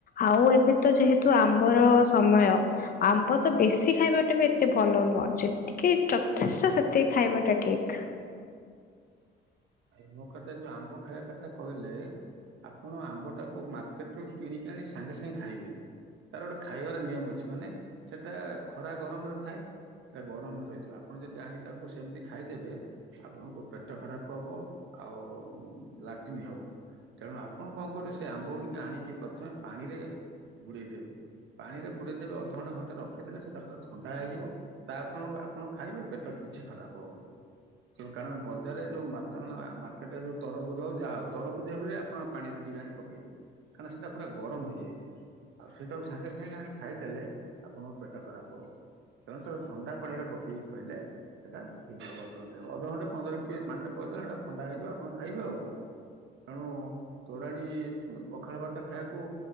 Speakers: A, on the left; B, on the right.
A: ଆଉ ଏବେ ତ ଯେହେତୁ ଆମ୍ବର ସମୟ। ଆମ୍ବ ତ ବେଶୀ ଖାଇବାଟା ବି ଏତେ ଭଲ ନୁହଁ, ଯେ ଟିକେ ଯଥେଷ୍ଟ ସେତିକି ଖାଇବା ଟା ଠିକ।
B: ଆଇ ମୋ କଥା ଯୋଉ ଆମ୍ବ ଖାଇବା କଥା କହିଲେ ଆପଣ ଆମ୍ବଟାକୁ ମାର୍କେଟ୍ ରୁ କିଣିକି ଆଣି ସାଙ୍ଗେ ସାଙ୍ଗେ ଖାଇବେନି। ତାର ଗୋଟେ ଖାଇବାର ନିୟମ ଅଛି, ମାନେ ସେଟା ଖରା ଗରମରେ ଥାଏ। ସେଟା ଗରମରେ ରହିଥିବ ଆପଣ ଯଦି ଆଣି ତାକୁ ସେମିତି ଖାଇଦେବେ, ଆପଣଙ୍କ ପେଟ ଖରାପ ହବ, ଆଉ ଲାଟିନ୍ ହବ। ତେଣୁ ଆପଣ କଣ କରିବେ ସେ ଆମ୍ବ ଗୁଡିକ ଆଣିକି ପ୍ରଥମେ ପାଣିରେ ବୁଡେଇଦେବେ। ପାଣିରେ ବୁଡେଇଦେବେ ଅଧଘଣ୍ଟା ଘଣ୍ଟେ ରଖିଦେଲେ ସେଟା ପୁରା ଥଣ୍ଡା ହେଇଯିବ। ତାପରେ ଆପଣ ଖାଇବେ ପେଟ କିଛି ଖରାପ ହବନି ତା କାରଣ ବଜାରରେ ଯୋଉ। ମା ମାର୍କେଟ ରେ ଯୋଉ ତରଭୁଜ ହଉ ଯାହାହଉ ତରଭୁଜ ହେ ଆପଣ ପାଣିରେ ଟିକେ ଆଣି ପକେଇବେ। କାରଣ ସେଇଟା ପୁରା ଗରମ ହେଇଯାଇଥାଏ। ଆଉ ସେଇଟାକୁ ସାଙ୍ଗେ ସାଙ୍ଗେ ଆଣି ଖାଇଦେଲେ ଆପଣଙ୍କ ପେଟ ଖରାପ ହବ। ତେଣୁ ଥଣ୍ଡା ପାଣିରେ ପକେଇକି ଖାଇଲେ ସେଇଟା ଠିକ୍ ଆପଣ ଖାଇ ଅଧଘଣ୍ଟେ ପନ୍ଦର ମିନିଟ୍ ପାଣିରେ କଦଲେ ଏଟା ଥଣ୍ଡା ହେଇଯିବ ଆପଣ ଖାଇବେ ଆଉ କଣ। ତେଣୁ ତୋରାଣୀ ପଖାଳ ଭାତ ଖାଇବାକୁ